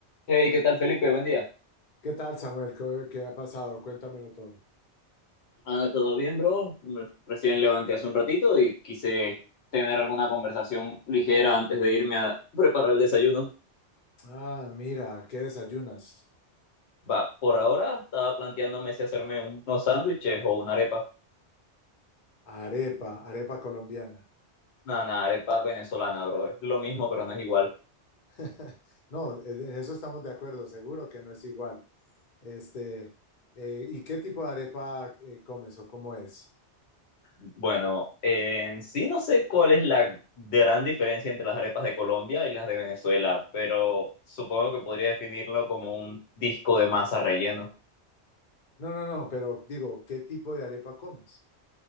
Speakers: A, on the left (about 70°); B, on the left (about 50°).
A: Hey, ¿qué tal, Felipe? Buen día.
B: ¿Qué tal, Samuel? ¿Qué, qué ha pasado? Cuéntamelo todo.
A: Ah, ¿todo bien, bro? Me- Recién levanté hace un ratito y quise tener alguna conversación ligera antes de irme a preparar el desayuno.
B: Ah, mira, ¿qué desayunas?
A: Va, por ahora estaba planteándome si hacerme un- unos sándwiches o una arepa.
B: Arepa, arepa colombiana.
A: Nada, nada, arepa venezolana, bro. Es lo mismo, pero no es igual.
B: <laughs> No, en en eso estamos de acuerdo, seguro que no es igual. Este, eh, ¿y qué tipo de arepa eh, comes o cómo es?
A: Bueno, en sí no sé cuál es la gran diferencia entre las arepas de Colombia y las de Venezuela, pero supongo que podría definirlo como un disco de masa relleno.
B: No, no, no, pero digo, ¿qué tipo de arepa comes?